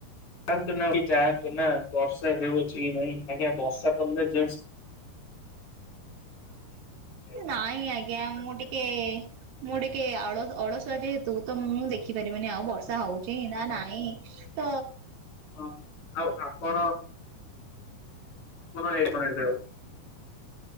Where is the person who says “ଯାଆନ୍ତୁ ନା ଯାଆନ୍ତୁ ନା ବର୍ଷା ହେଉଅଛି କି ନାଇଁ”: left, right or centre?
Left